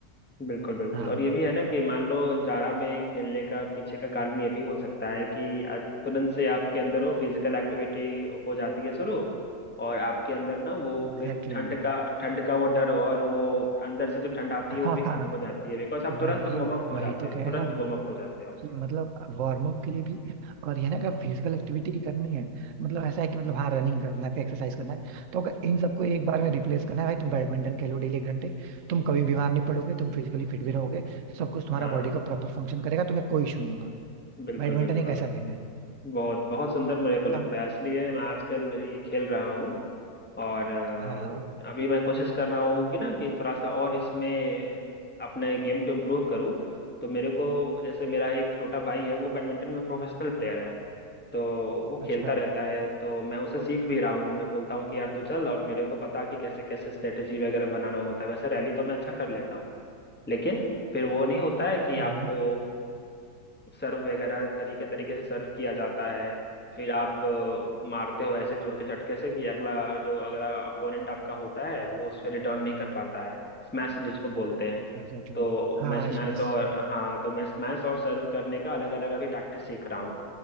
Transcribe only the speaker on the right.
हाँ
Exactly
exactly.
हाँ
हाँ
वही
वही
तो
कह
रहा हूँ
कि मतलब वार्म अप के लिए भी और ये ना अगर फिजिकल एक्टिविटी करनी है मतलब ऐसा है कि मतलब हाँ रनिंग करना है फिर एक्सरसाइज करना है तो अगर इन सबको एक बार में रिप्लेस करना है भाई तुम बैडमिंटन खेलो डेली एक घंटे तुम कभी बीमार नहीं पड़ोगे तुम फिजिकली फिट भी रहोगे सब कुछ तुम्हारा
बॉडी का प्रॉपर फंक्शन करेगा तुम्हें कोई इशू नहीं होगा
बैडमिंटन
एक ऐसा गेम है
हाँ
हाँ हाँ,
अच्छा
हाँ
एग्जैक्टली
हाँ
स्मैश